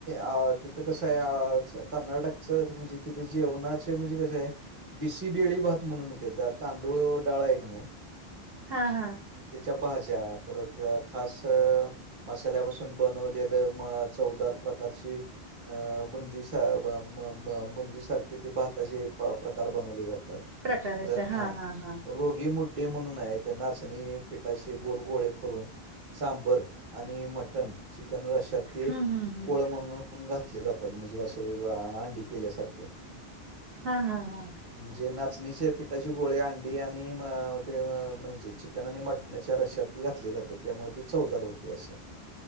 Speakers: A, on the right; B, on the right.
A: अ तिथं कसं आहे कर्नाटकच म्हणजे तिथं जेवणाच म्हणजे क बिसी बेळी भात म्हणूनेत तांदूळ डाळा एक नाही,
B: हा हा
A: त्याच्या भाज्या परत खास मसाल्यापासून बनवलेलं म चौदार प्रकारची अ बुंदी बुंदी म म म सारखे ते भताजे प्रकार बनवले जातात,
B: प्रकार असे हां,
A: हा
B: हां, हां.
A: रोगी मुड्डे म्हणून आहे ते नाचणी पिठाशी गोलगोळे करून., सांबर आणि मटण चिकन रश्यात ते
B: हं, हं, हं.
A: कोळं म्हणून... घातले जातात... म्हणजे अशे अंडी केल्यासारखं.
B: हा हा हा.
A: म्हणजे नाचणीचे पिठाचे गोळे, अंडी आणि म... ते... ते चिकन आणि मटणाच्या रश्यात. घातले जातात. त्यामुळे ते चौदार होते असं.